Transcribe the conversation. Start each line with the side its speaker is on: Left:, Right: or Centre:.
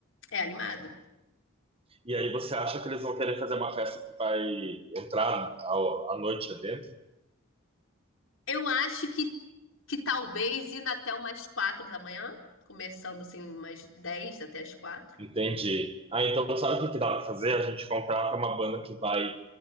Left: É animado?
Right: E aí você acha que eles vão querer fazer uma festa que vai entrar ao- à noite dentro?
Left: Eu acho que, que talvez indo até umas quatro da manhã, começando assim umas 10 até as quatro.
Right: Entendi. Ah, então sabe o que que dá para fazer? A gente contrata uma banda que vai